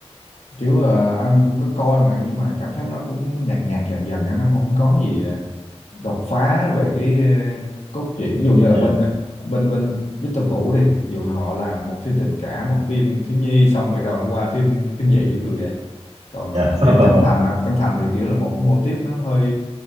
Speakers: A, on the left; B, on the right.
A: kiểu ờ, anh cũng có coi mà nhưng mà cảm thấy nó cũng nhạt nhạt dần dần á, nó cũng không có gì ờ, đột phá về cái ờ, cốt truyện ví dụ như là
B: yeah.
A: bên bên bên Victor Vũ đi ví dụ họ làm một phim tình cảm một phim thiếu nhi xong rồi bắt đầu nó qua phim kinh dị ví dụ vậy còn
B: Yeah.
A: ờ,
B: <laughs>
A: kiểu Trấn Thành á, Trấn Thành thì kiểu là một cái mô típ nó hơi